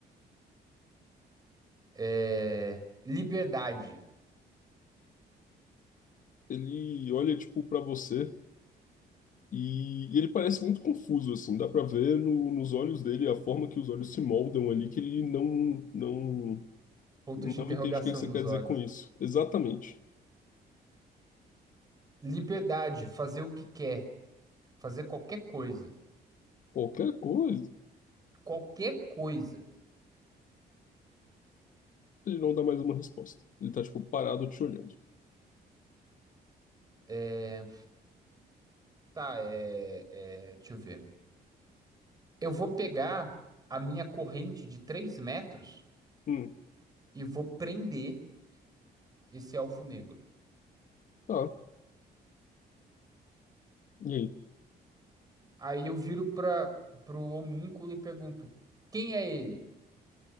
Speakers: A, on the right; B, on the left.
A: É, liberdade.
B: Ele olha tipo para você e, e ele parece muito confuso assim, dá para ver no- nos olhos dele a forma que os olhos se moldam ali que ele não não
A: Pontos
B: não
A: de interrogação
B: entende o que que você
A: nos
B: quer
A: olhos.
B: dizer com isso. Exatamente.
A: Liberdade. Fazer o que quer. Fazer qualquer coisa.
B: Qualquer coisa,
A: Qualquer coisa.
B: ele não dá mais uma resposta. Ele tá, tipo, parado te olhando.
A: É, tá, é, é, deixa eu ver. Eu vou pegar a minha corrente de 3 metros
B: Hum,
A: e vou prender esse elfo negro.
B: tá. E aí?
A: Aí eu viro para pro homúnculo e pergunto: Quem é ele?